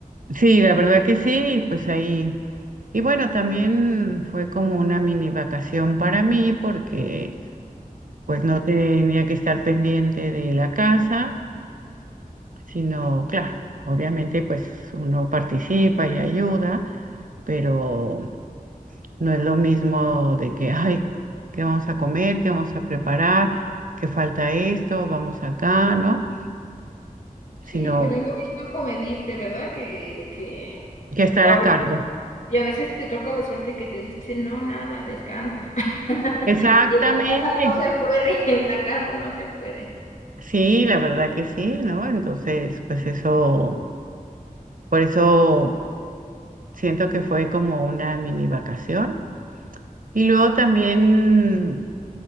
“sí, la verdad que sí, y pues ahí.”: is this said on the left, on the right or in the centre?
Right